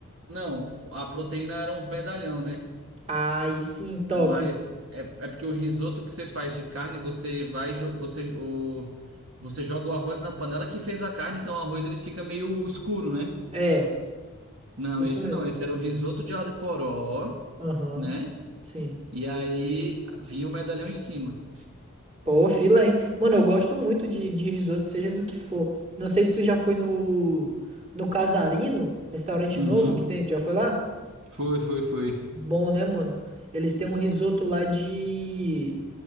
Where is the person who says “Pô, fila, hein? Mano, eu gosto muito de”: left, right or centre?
Right